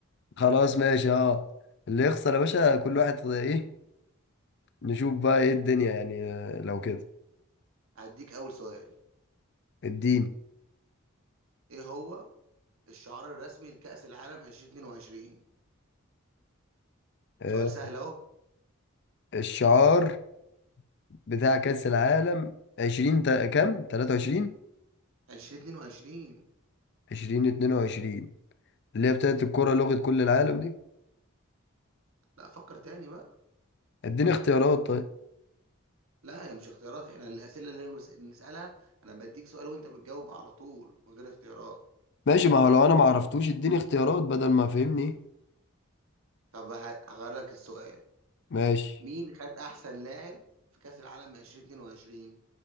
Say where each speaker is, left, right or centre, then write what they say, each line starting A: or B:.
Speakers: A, on the left; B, on the right.
A: خلاص ماشي اه اللي يخسر يا باشا كل واحد ايه نشوف بقى ايه الدنيا يعني آه، لو كده
B: هديك أول سؤال
A: اديني
B: إيه هو الشعار الرسمي لكأس العالم 2022
A: آه،
B: سؤال سهل أهو
A: الشعار بتاع كأس العالم 20 تا- كام 23
B: 2022
A: 20 22 اللي هي بتاعت الكرة لغة كل العالم دي
B: لا فكر تاني بقى
A: اديني اختيارات طيب
B: لا هي مش اختيارات احنا الأسئلة اللي بس- نسألها أنا بديك سؤال وأنت بتجاوب على طول من غير اختيارات
A: ماشي ما هو لو انا ما عرفتوش اديني اختيارات بدل ما فهمني
B: طب ه- هغير لك السؤال
A: ماشي
B: مين خد أحسن لاعب في كأس العالم 2022